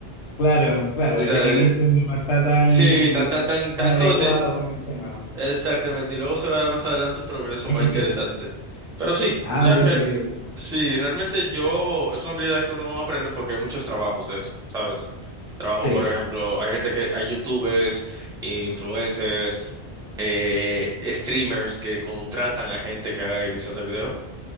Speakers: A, on the left (about 85°); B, in the centre.
A: Claro, claro,
B: O
A: es
B: sea,
A: que el inicio no está tan,
B: sí, tan, tan, tan, tan
A: tan adecuado
B: cosas. sí,
A: con el tema.
B: Exactamente. Y luego se va a ver más adelante un progreso más
A: <clears throat>
B: interesante. Pero sí,
A: Ah,
B: realmente.
A: mira que...
B: Sí, realmente yo, es una habilidad que uno aprende porque hay muchos trabajos de eso, ¿sabes? Trabajo,
A: Sí.
B: por ejemplo, hay gente que, hay youtubers, influencers, eh, streamers que contratan a gente que haga edición de video